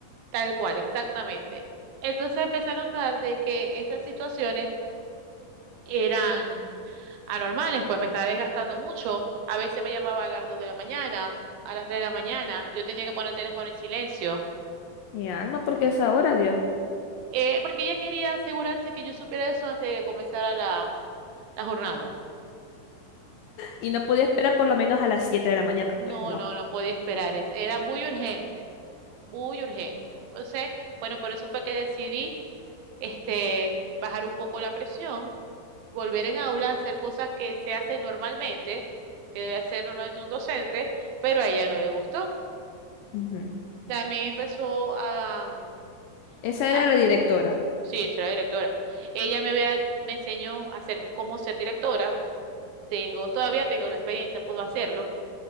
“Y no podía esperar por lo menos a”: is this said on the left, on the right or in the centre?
Left